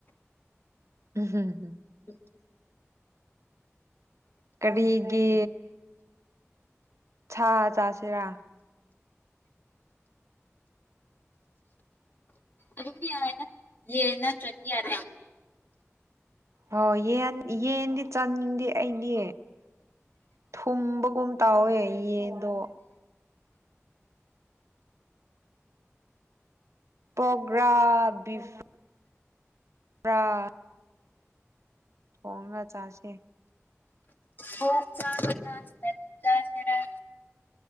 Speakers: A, on the right; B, on the left.
A: <unintelligible>
B: <unintelligible>
A: ꯀꯔꯤꯒꯤ ꯁꯥ ꯆꯥꯁꯤꯔꯥ꯫
B: ꯑꯗꯨꯝꯌꯥꯏꯗ ꯌꯦꯟ ꯅꯠꯇꯔꯗꯤ ꯌꯥꯅꯤ꯫
A: ꯍꯣ ꯌꯦꯟ ꯌꯦꯗꯤ ꯆꯥꯅꯤꯡꯗꯦ ꯑꯩꯗꯤ꯫ ꯊꯨꯝꯕꯒꯨꯝ ꯇꯥꯎꯋꯦ ꯌꯦꯟꯗꯣ꯫ ꯄꯣꯛꯔ ꯕꯤꯐ ꯄꯨ꯭ꯔꯥ ꯊꯣꯡꯉꯒ ꯆꯥꯁꯦ
B: ꯍꯣ ꯆꯥꯖꯔꯥ ꯁ ꯆꯥ ꯆꯔꯥ